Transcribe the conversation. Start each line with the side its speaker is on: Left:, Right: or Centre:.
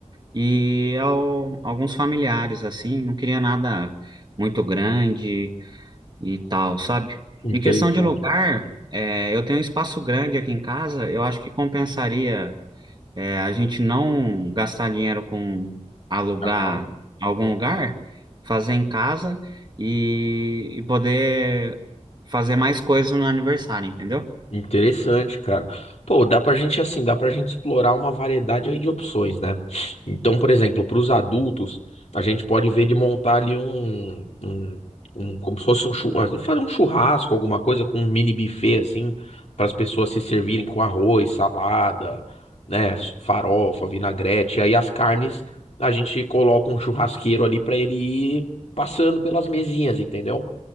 Right: e ao- alguns familiares assim. Não queria nada muito grande e tal, sabe?
Left: interessante.
Right: Em questão de lugar, é, eu tenho um espaço grande aqui em casa. Eu acho que compensaria é, a gente não gastar dinheiro com alugar
Left: Tá.
Right: algum lugar, fazer em casa e, e poder fazer mais coisas no aniversário, entendeu?
Left: Interessante, cara. Pô, dá pra gente assim, dá pra gente explorar uma variedade aí de opções, né? Então, por exemplo, para os adultos, a gente pode ver de montar ali um, um, um- como se fosse um churrasco, fazer um churrasco, alguma coisa com um mini buffet assim, para as pessoas se servirem com arroz, salada, né, farofa, vinagrete, aí as carnes, a gente coloca um churrasqueiro ali pra ele ir passando pelas mesinhas, entendeu?